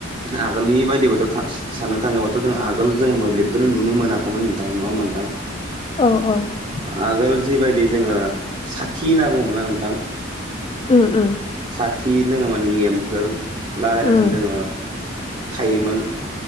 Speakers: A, on the right; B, on the left.
A: आगोलनि बायदिबाथ' साननो थाङोबाथ' जों आगोल जों मोब्लिबखौनो नुनो मोनाखैमोनदां नङा होमबा नोंथां? <inaudible>
B: औ औ।
A: आगोल जिबायदि जोङो साथि होनना बुङोमोनना नोंथां।
B: उम उम।
A: साथि लोङोम मान लेम्फोर लागायनासो
B: उम
A: जोङो थायोमोन